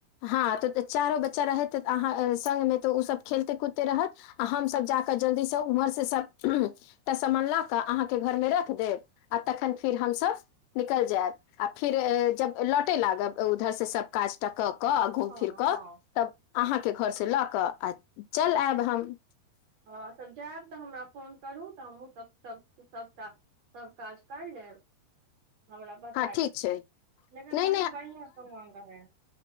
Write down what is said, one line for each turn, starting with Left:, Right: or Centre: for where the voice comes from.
Left: हँ त चारो बच्चा रहैत अहाँ संग मे तऽ ओ सब खेलते कूदते रहत आ हम सब जाकऽ जल्दी स उम्हर से सब तऽ समान ल कऽ अहाँके घर मे रख देब आ तखन फेर हमसभ निकल जायब आ फिर जब लौटे लागब उधर से सब काज टा क क आ घूम
Right: हँ
Left: फिर क
Right: हँ
Left: तब अहाँके घरसँ लऽ कऽ आ चल आयब हम
Right: हँ तऽ जायब तऽ हमरा फोन करूँ तऽ हमहूँ सभ सभटा सब काज कर लेब हमरा बता
Left: हँ ठीक
Right: लेकिन
Left: छै नहि
Right: बहिन बढ़िआँ समान रहै